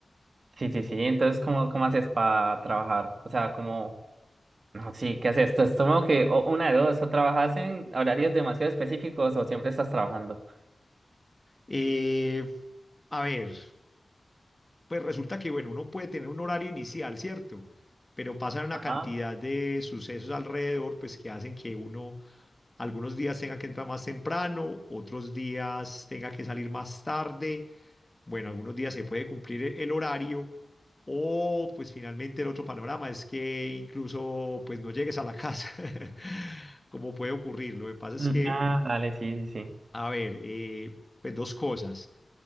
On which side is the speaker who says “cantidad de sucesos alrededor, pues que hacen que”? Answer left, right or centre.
Left